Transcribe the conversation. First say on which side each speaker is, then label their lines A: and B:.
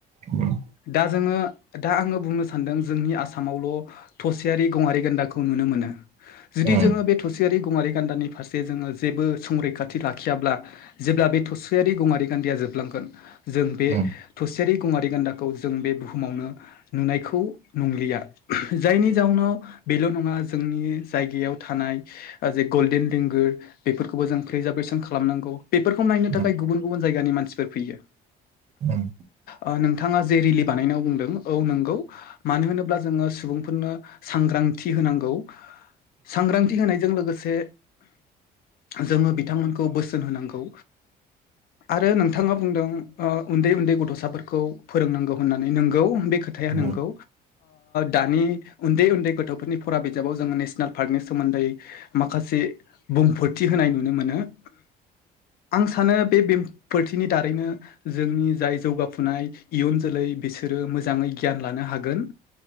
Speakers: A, on the right; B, on the left.
A: उम उम
B: दा जोङो दा आङो बुंनो सानदों जोंनि आसामावल थसेयारि गङारि गान्दाखौ नुनो मोनो जुदि
A: उम
B: जोङो बे थसे सेयारि गङारि गान्दानि फारसे जोङो जेबो संरैखाथि लाखियाब्ला जेब्ला बे थसेयारि गङारि गान दाया जोबलांगोन जों बे
A: उम
B: थसे सेयारि गङारि गान्दाखौ जों बे बुहुमावनो नुनायखौ नंलिया जायनि जाउनाव बेल नङा जोंनि जायगायाव थानाय जे गल्डेन लेगोर बेफोरखौबो जों प्रिजार्भेसन खा खालामनांगौ बेफोरखौ नायनो थाखाय
A: उम
B: गुबुन गुबुन जायगानि मानसिफोर फैयो
A: उम
B: ओ नों थाङा जे रेलि बानायनानै बुंदों औ नंगौ मानो होनोब्ला जोङो सुबुंफोरनो सांग्रां थि होनांगौ सांग्रांथि होनायजों लोगोसे जोङो बिथांमोनखौ बोसोन होनांगौ आरो नोंथाङा बुंदों ओ उन्दै उन्दै गथसाफोरखौ फोरोंनांगौ होननानै नोंगौ बे खो थाया
A: उम
B: नंगौ दानि उन्दै उन्दै गथ फोरनि फरा बिजाबाव जोङो नेसनेल पार्कनि सोमोन्दै माखासे बुंफोरथि होनाय नुनो मोनो <inaudible> आं सानो बे बेंफोरथिनि दारैनो जोंनि जाय जौगाफुनाय इयुन जोलै बिसोरो मोजाङै गियान लानो हागोन